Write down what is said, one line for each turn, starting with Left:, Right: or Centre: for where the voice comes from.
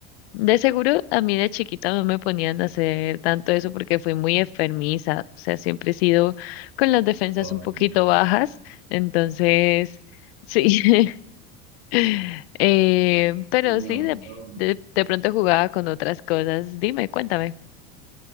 Left: De seguro, a mí de chiquita no me ponían a hacer tanto eso porque fui muy enfermiza, o sea, siempre he sido con las defensas
Right: Oh,
Left: un poquito
Right: no,
Left: bajas, entonces, sí, <laughs> eh, pero
Right: No,
Left: sí, de,
Right: yo...
Left: de, de pronto jugaba con otras cosas. Dime, cuéntame.